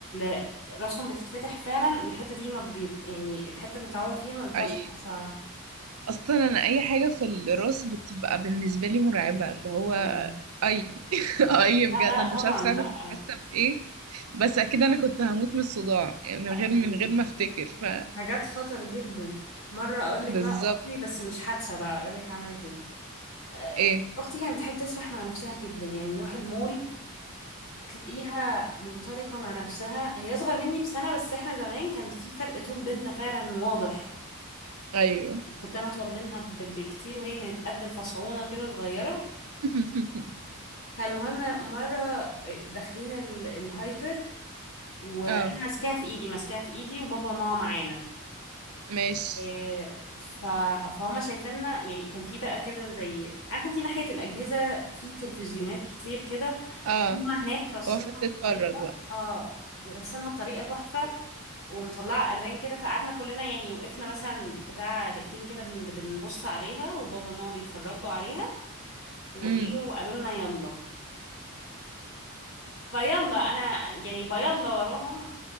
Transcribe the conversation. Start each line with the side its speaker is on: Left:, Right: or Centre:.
Left: ال- راسهم بتتفتح فعلا الحتة دي ما بي يعني الحتة اللي اتعور فيها ما بيطلعش
Right: اي
Left: فيها شعر
Right: اصلا انا اي حاجه في الراس بتبقى بالنسبه لي مرعبه اللي هو
Left: طبعا
Right: اي <laughs> اي
Left: لا
Right: بجد
Left: لا
Right: انا
Left: طبعا
Right: مش عارفه ساعتها
Left: لا
Right: كنت حاسه بايه بس اكيد انا كنت هموت من الصداع يعني
Left: لا
Right: من غير
Left: دي
Right: من غير ما افتكر ف
Left: حاجات خطر جدا مرة اقول لك
Right: بالظبط
Left: بقى اختي بس مش حادثة بقى اقول لك عملت ايه آه،
Right: ايه
Left: اختي كانت بتحب تسرح مع نفسها جدا يعني نروح المول تلاقيها منطلقة مع نفسها هي اصغر مني بسنة بس احنا زمان كان في فرق طول بيننا فعلا واضح
Right: ايوه
Left: كنت انا اطول منها ب- بكتير وهي كانت قد الفصعونة كده صغيرة
Right: <laughs>
Left: فالمهم مرة داخلين ال- الهايبر وانا
Right: اه
Left: ماسكاها في ايدي ماسكاها في ايدي وبابا وماما معانا
Right: ماشي
Left: إيه، ف- فهم شايفيننا يعني كان في بقى كده زي عارفه انت ناحيه الاجهزه في تلفزيونات كتير كده
Right: اه
Left: هم هناك رسمها
Right: وقفت تتفرج
Left: بطريقة
Right: بقى
Left: اه رسمها بطريقة تحفة ومطلعة ألوان كده فقعدنا كلنا يعني وقفنا مثلا بتاع دقيقتين كده بن- بنبص عليها وبابا وماما بيتفرجوا عليها وإيه
Right: امم
Left: وقالوا لنا يلا فيلا أنا يعني بيلا وراهم